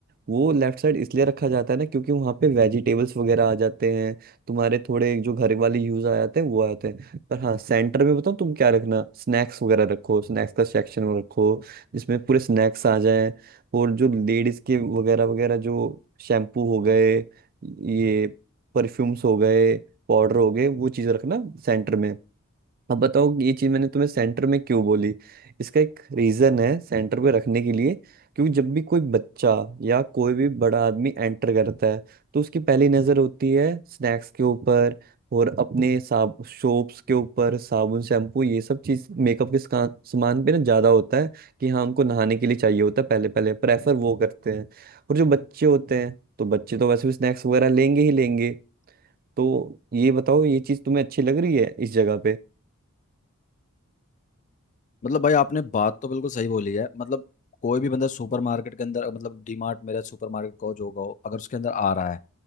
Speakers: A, on the right; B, on the left.
A: वो लेफ्ट साइड इसलिए रखा जाता है ना क्योंकि वहाँ पे वेजिटेबल्स वगैरह आ जाते हैं तुम्हारे थोड़े जो घर वाले यूज आ जाते हैं वो आ जाते हैं पर हाँ सेंटर में बताऊँ तुम क्या रखना स्नैक्स वगैरह रखो स्नैक्स का सेक्शन रखो जिसमें पूरे स्नैक्स आ जाएं और जो लेडीज के वगैरह वगैरह जो शैम्पू हो गए ये परफ्यूम्स हो गए पाउडर हो गए वो चीज़ रखना सेंटर में अब बताओ कि ये चीज मैंने तुम्हें सेंटर में क्यों बोली इसका एक रीजन है सेंटर पे रखने के लिए क्योंकि जब भी कोई बच्चा या कोई भी बड़ा आदमी एंटर करता है तो उसकी पहली नजर होती है स्नैक्स के ऊपर और अपने साब सोप्स के ऊपर साबुन शैम्पू ये सब चीज मेकअप के सका- सामान पे ना ज्यादा होता है कि हाँ उनको नहाने के लिए चाहिए होता है पहले पहले प्रेफर वो करते हैं और जो बच्चे होते हैं तो बच्चे तो वैसे भी स्नैक्स वगैरह लेंगे ही लेंगे तो ये बताओ ये चीज तुम्हें अच्छी लग रही है इस जगह
B: मतलब भाई आपने बात तो बिल्कुल सही बोली है मतलब कोई भी बंदा सुपरमार्केट के अंदर मतलब डीमार्ट मेरा सुपरमार्केट कहो जो कहो अगर उसके अंदर आ रहा है